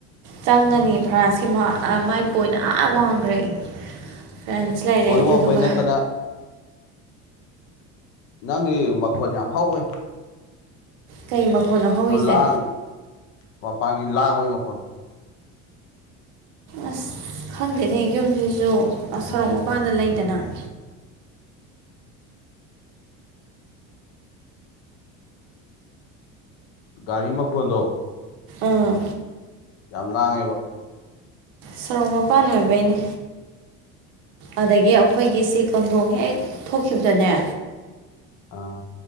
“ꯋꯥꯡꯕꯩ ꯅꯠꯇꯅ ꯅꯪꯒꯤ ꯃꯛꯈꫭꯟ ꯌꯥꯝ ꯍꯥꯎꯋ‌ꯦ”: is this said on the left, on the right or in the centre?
Left